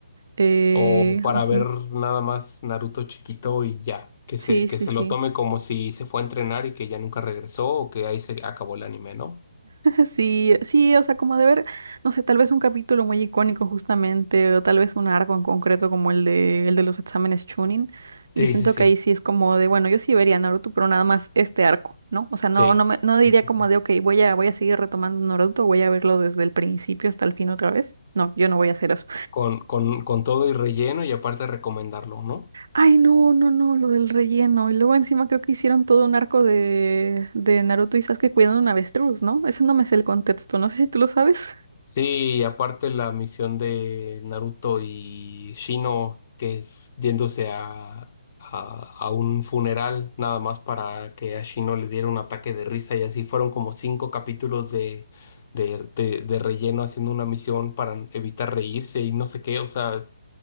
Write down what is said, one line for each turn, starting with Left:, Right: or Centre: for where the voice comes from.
Right: eh,
Left: O para ver
Right: ujú,
Left: nada más Naruto chiquito y ya. Que
Right: Sí,
Left: se, que
Right: sí,
Left: se
Right: sí.
Left: lo tome como si se fue a entrenar y que ya nunca regresó o que ahí se acabó el anime, ¿no?
Right: Sí, sí, o sea, como de ver, no sé, tal vez un capítulo muy icónico justamente, o tal vez un arco en concreto como el de, el de los exámenes Chunin. Yo
Left: Sí,
Right: siento
Left: sí, sí.
Right: que ahí sí es como de, bueno, yo sí vería Naruto, pero nada más este arco, ¿no? O sea, no,
Left: Sí.
Right: no me, no diría
Left: Sí, sí,
Right: como
Left: sí.
Right: de, ok, voy a, voy a seguir retomando Naruto, voy a verlo desde el principio hasta el fin otra vez. No, yo no voy a hacer eso.
Left: Con, con, con todo y relleno y aparte recomendarlo, ¿no?
Right: Ay, no, no, no, lo del relleno. Y luego encima creo que hicieron todo un arco de, de Naruto y Sasuke cuidando un avestruz, ¿no? Ese no me sé el contexto, no sé si tú lo sabes.
Left: Sí, y aparte la misión de Naruto y Shino, que es yéndose a, a, a un funeral, nada más para que a Shino le diera un ataque de risa, y así fueron como cinco capítulos de, de, de, de relleno haciendo una misión para evitar reírse y no sé qué, o sea,